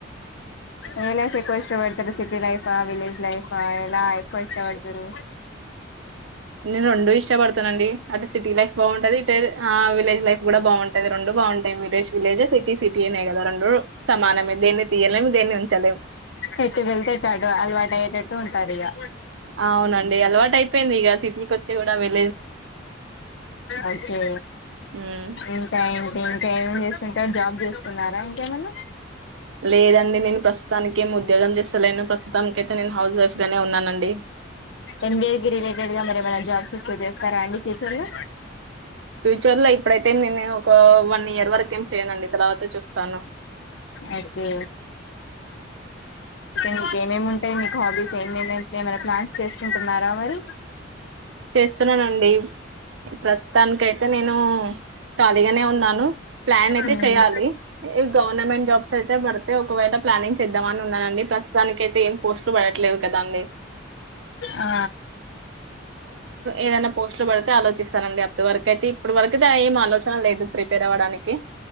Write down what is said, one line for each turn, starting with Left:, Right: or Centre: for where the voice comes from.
Left: ఏ లైఫ్ ఎక్కువ ఇష్టపడతారు సిటీ లైఫా విలేజ్ లైఫా ఎలా ఎక్కువ ఇష్టపడతరు
Right: నేను రెండు ఇష్టపడతానండి అటు సిటీ లైఫ్ బావుంటాది ఇటె ఆ విలేజ్ లైఫ్ కూడా బావుంటాది రొండు బావుంటాయి విలేజ్ విలేజే సిటీ సిటీ నే కదా రొండు సమానమే దేన్ని తీయ్యలేము దేన్ని ఉంచలేము
Left: ఎటు వెళ్తే అటు అలవాటు అయ్యేటట్టు ఉంటారు ఇక
Right: అవునండి అలవాటు అయిపోయిందిగ సిటీకి వచ్చి కూడా వెల్
Left: ఓకే
Right: ఉమ్
Left: ఇంక ఏంటి ఇంకా ఏమేం చేస్తుంటారు జాబ్ చేస్తున్నారా ఇంకేమైనా
Right: లేదండి నేను ప్రస్తుతానికి ఏమి ఉద్యోగం చేస్తలేను ప్రస్తుతానికైతే నేను హౌస్ వైఫ్ గానే ఉన్నానండి.
Left: ఎంబీఏ కి రిలేటెడ్ గా మరి ఏమైనా జాబ్స్ వస్తే చేస్తారా అండి ఫ్యూచర్ లో
Right: ఫ్యూచర్ లో ఇప్పుడైతే నేను ఒక వన్ ఇయర్ వరక ఏం చేయనండి తర్వాత చూస్తాను
Left: ఓకే మీకేమేమి ఉంటాయి మీకు హాబీస్ ఏమేమింటాయి ప్లాన్స్ చేస్తుంటున్నారా మరి
Right: చేస్తున్నానండి ప్రస్తుతానినికి అయితే నేను ఖాళీగానే ఉన్నాను ప్లాన్ అయితే
Left: ఉమ్,
Right: చేయాలి గవర్నమెంట్ జాబ్స్ అయితే పడితే ఒకవేళ ప్లానింగ్ చేద్దామని ఉన్నానండి ప్రస్తుతానికి అయితే ఏం పోస్ట్లు పడట్లేవు కదాండి
Left: ఆ
Right: ఏదైనా పోస్ట్లు పడితే ఆలోచిస్తానండి అప్పటి వరకు అయితే ఇప్పుడు వరకయితే ఏం ఆలోచన లేదు ప్రిపేర్ అవ్వడానికి